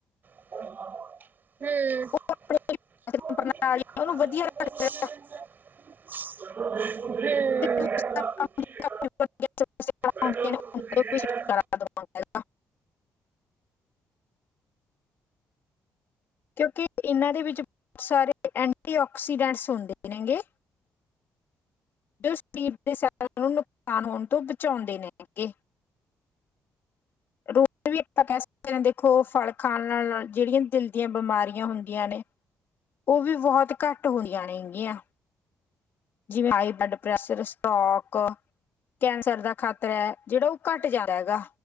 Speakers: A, on the right (about 50°); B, on the left (about 60°).
A: ਹੂ
B: ਉਹ ਆਪਣੇ ਜਿਹੜੀ ਪਾਚਨ
A: <unintelligible>
B: ਪ੍ਰਣਾਲੀ ਹੈ, ਉਹਨੂੰ ਵਧੀਆ ਰੱਖਦਾ ਹੈਗਾ
A: ਹੂ
B: ਤੇ ਦੂਸਰਾ <unintelligible>
A: ਰੈਡ ਕਲਰ
B: ਨੇ
A: ਦਾ
B: ਉਹਨਾਂ
A: <unintelligible> ਕਿੱਥੇ
B: ਤੋਂ ਵੀ
A: ਹੈ?
B: ਛੁਟਕਾਰਾ ਦਿਵਾਉਂਦਾ ਹੈਗਾ ਕਿਉਂਕਿ ਇਨਾਂ ਦੇ ਵਿੱਚ, ਸਾਰੇ ਐਂਟੀਆਕਸੀਡੈਂਟਸ ਹੁੰਦੇ ਨੇਗੇ। ਤੇ ਓ ਸਪੀਡ ਦੇ, ਸਾਨੂੰ ਨੁਕਸਾਨ ਹੋਣ ਤੋਂ ਬਚਾਉਂਦੇ ਨੇ ਗੇ। <inaudible> ਰੋਟੀ ਵੀ ਆਪਾਂ ਕੈ ਸਕਦੇ ਹਾਂ, ਦੇਖੋ ਫਲ ਖਾਣ ਨਾਲ ਜੇੜੀਆਂ ਦਿਲ ਦੀਆਂ ਬਿਮਾਰੀਆਂ ਹੁੰਦੀਆਂ ਨੇ ਓ ਵੀ, ਬਹੁਤ ਘੱਟ ਹੋਈਆਂ ਨੇ ਗੀਆਂ। ਜਿਵੇਂ, high blood pressure, stroke. Cancer ਦਾ ਖਾਤਰਾ ਐ ਜੇੜਾ ਓਹ ਘੱਟ ਜਾ ਹੈਗਾ।